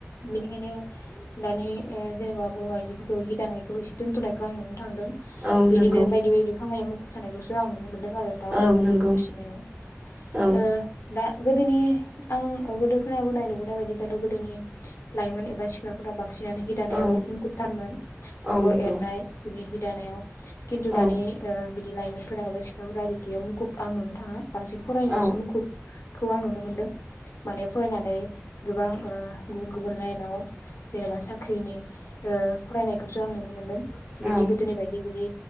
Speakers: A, on the left (about 60°); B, on the right (about 35°).
A: बेनिखायनो दानि ओ जेनेबा बर' आइ जोफोरखौ हि दानायखौ एसे दोनथ'नायखौ आं नुन थांदों
B: औ
A: बेदिनो
B: नंगौ
A: बायदि बायदि खामाय मुखुब थानायखौसो आं नुनो मोनदों आरो दाउ
B: औ
A: अमा
B: नंगौ
A: बोरमा फिसिनायाव
B: औ
A: ओ दा गोदोनि आं गोदो खोनाबोनाय नुबोनाय बायदिब्लाथ' गोदोनि लाइमोन एबा सिख्लाफोरा बांसि नानो हि दानायाव
B: औ
A: मुखुब <unintelligible> आगर
B: औ नंगौ
A: एरनाय बिनि हि दानायाव खिन्थु
B: औ
A: दानि ओ बिद दि लाइमोनफोरा एबा सिख्लाफोरा बिदियाव मुखुब आं नुनो थाङा बांसिन फरायनायावसो
B: औ
A: मुखुब खौ आं नुनो मोनदों माने फरायनानै गोबां ओ गुबुन गुबुन लाइनाव जेनेबा साख्रिनि ओ फरायनायखौसो आं नुनो मोन्दों बिब्दि
B: औ
A: गोदोनि बायदि बिदि